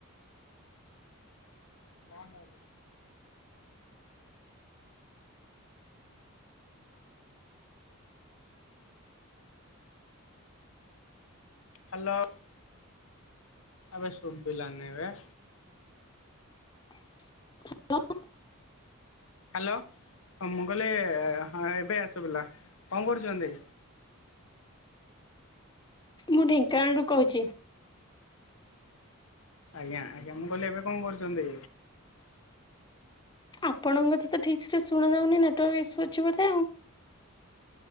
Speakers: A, on the left; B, on the left.
A: <unintelligible> Hello. ଆବେ ସୁବିଲାନି ବେ।
B: <unintelligible>
A: ହ୍ୟାଲୋ ହଁ ମୁଁ କହିଲି ହଁ ଏବେ ସୁଭିଲା କଣ କରୁଛନ୍ତି?
B: ମୁଁ ଢେଙ୍କାନାଳରୁ କହୁଛି।
A: ଆଜ୍ଞା ଆଜ୍ଞା ମୁଁ କହିଲି ଏବେ କଣ କରୁଛନ୍ତି।
B: ଆପଣଙ୍କ କଥା ତ ଠିକ୍ ଶୁଣାଯାଉନି ନେଟୱାର୍କ ଇସ୍ୟୁ ଅଛି ବୋଧେ ଆଉ।